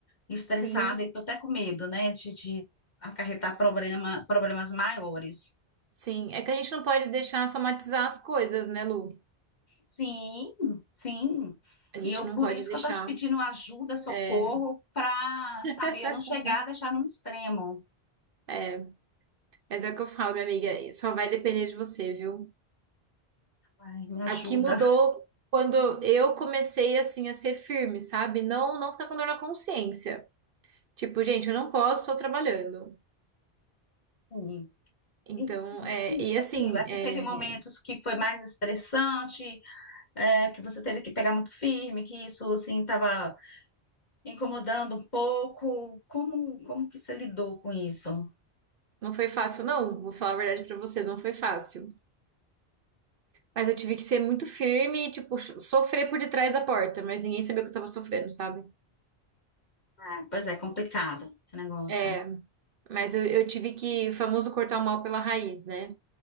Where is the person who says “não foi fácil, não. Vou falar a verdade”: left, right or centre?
Right